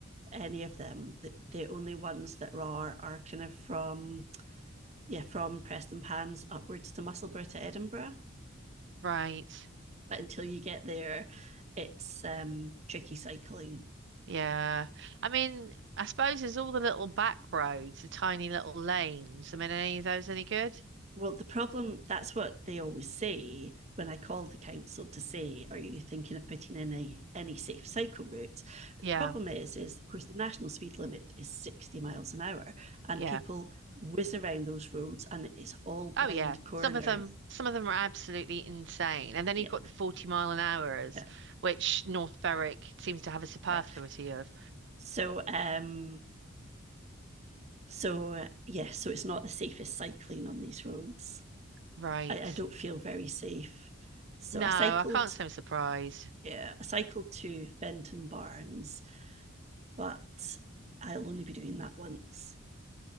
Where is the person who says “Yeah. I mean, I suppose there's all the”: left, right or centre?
Right